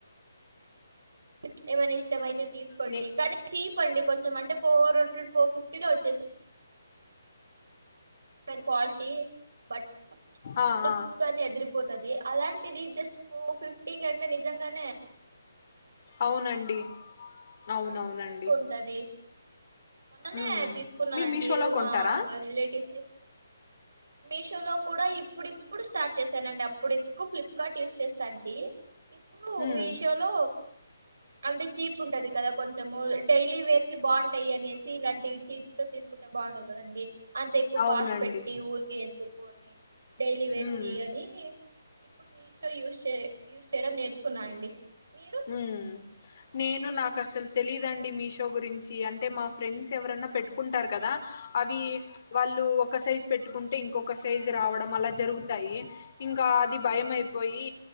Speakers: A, on the right; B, on the left.
A: <unintelligible> ఎ మనిష్ టమయితే తీసుకోండి
B: నే
A: కానీ చీప్ అండి కొంచెం అంటే ఫోర్ హండ్రెడ్ ఫోర్ ఫిఫ్టీలో వచ్చేస్ ఫెన్ క్వాలిటీ బట్
B: ఆ
A: లుక్
B: ఆ
A: గాని ఎదిరిపోత్ తది అలాంట్ ఇది జస్ట్ ఫోర్ ఫిఫ్టీకి అంటే నిజ జంగానే
B: అవునండి అవునవునండి
A: తక్కువ ఉంటది మొన్ననే
B: ఉమ్
A: తీసుకున్నానండి
B: మీరు మీషోలో
A: ఏదో
B: కొంటారా
A: మా రిలేటివ్స్ ని మీషోలో కూడా ఇప్పుడిప్పుడు స్టార్ట్ చేసానండి అప్పుడు ఎక్ క్కు ఫ్లిప్కార్ట్ యూస్ చేస్తాంటి ఇప్పుడు
B: ఉమ్
A: మీషో లో అంటే చీప్ ఉంటది కదా కొంచ్ చము డైలీ వేర్ కి బాగుంటాయి అనేసి ఇలాంటివి చీప్ తీసుకుంటే బాగుంటది కదండి అంత ఎక్కు
B: అవునండి
A: కాస్ట్ పెట్టి ఊరికి ఎదుకు అని డైలీ వేర్
B: ఉమ్
A: కి అని ఇప్పుడు మీ షో యూస్చే యూస్ చేయడం నేర్చుకున్నా అండి మీరు
B: హమ్మ్ నేను నాక్ కసల్ తెలీదుండి మీషో గురించి అంటే మా ఫ్రెండ్స్ ఎవరైన్నా పెట్టుకుంటారు కదా అవి
A: ఆ
B: వాళ్ళు ఒక సైజ్ పెట్టుకుంటే ఇంకొక సైజు రావడం అలా జరుగుతాయి ఇంకా అది భయం
A: ఆ
B: అయిపోయి